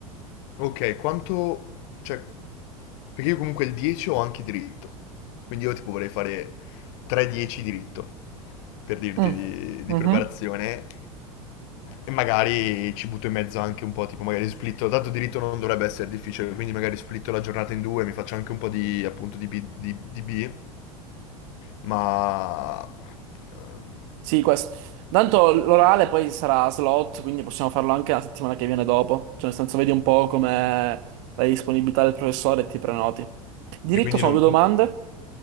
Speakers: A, on the left (about 55°); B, on the right (about 55°).
A: Ok, quanto... cioè, perché io comunque il 10 ho anche diritto. Quindi io tipo vorrei fare 3-10 diritto, per dirti
B: Mm,
A: di, di
B: mhm,
A: preparazione. E magari ci butto in mezzo anche un po', tipo magari splitto, dato diritto non dovrebbe essere difficile, quindi magari splitto la giornata in due, mi faccio anche un po' di appunto di B, di- di B, ma... ehm,
B: Sì, questo. Tanto l'orale poi sarà a slot, quindi possiamo farlo anche la settimana che viene dopo. Cioè, nel senso, vedi un po' come la disponibilità del professore e ti prenoti. Diritto
A: E quindi
B: sono
A: non...
B: due domande.